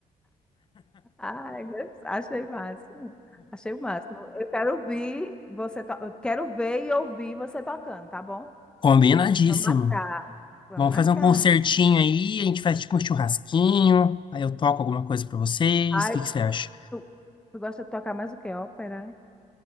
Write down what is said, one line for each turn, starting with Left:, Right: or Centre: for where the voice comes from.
Centre: Ai, gos- achei máximo. Achei o máximo. Eu quero ouvir você, to... eu quero ver e ouvir você tocando, tá bom?
Left: Combinadíssimo.
Centre: Vamos marcar. Vamos
Left: Vamos
Centre: marcar.
Left: fazer um concertinho aí, a gente faz tipo um churrasquinho, aí eu toco alguma coisa pra vocês.
Centre: Ai,
Left: O que que você acha?
Centre: tu, tu gosta de tocar mais o que? Ópera?